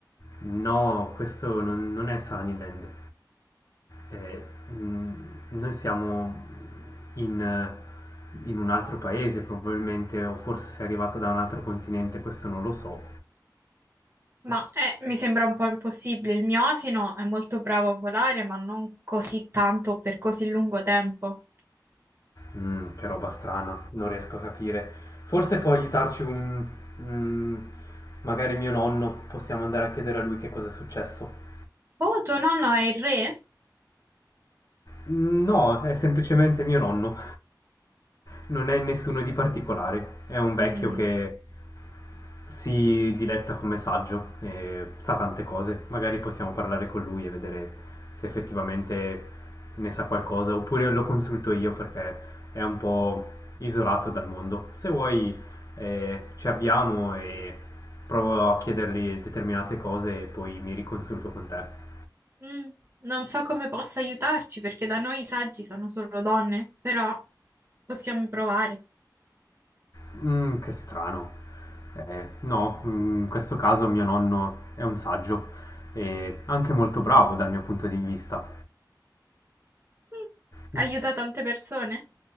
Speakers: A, on the left; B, on the right.
A: No, questo non, non è Sunnyland. Eh, mm, noi siamo in, eh, in un altro paese probabilmente, o forse sei arrivata da un altro continente, questo non lo so.
B: Ma eh, mi sembra un po' impossibile. Il mio asino è molto bravo a volare, ma non così tanto per così lungo tempo.
A: Mm, che roba strana, non riesco a capire. Forse può aiutarci un... un- magari mio nonno, possiamo andare a chiedere a lui che cosa è successo.
B: Oh, tuo nonno è il re?
A: No, è semplicemente mio nonno. Non è nessuno di particolare. È un vecchio
B: Mm,
A: che si diletta come saggio e sa tante cose. Magari possiamo parlare con lui e vedere se effettivamente ne sa qualcosa. Oppure lo consulto io perché è un po' isolato dal mondo. Se vuoi, eh, ci avviamo e provo a chiedergli determinate cose e poi mi riconsulto con te.
B: mm, non so come possa aiutarci, perché da noi i saggi sono solo donne, però possiamo provare.
A: Mh, che strano. Eh, no, mhmm, in questo caso mio nonno è un saggio e anche molto bravo dal mio punto di vista.
B: Mm,
A: Mh,
B: aiuta tante persone?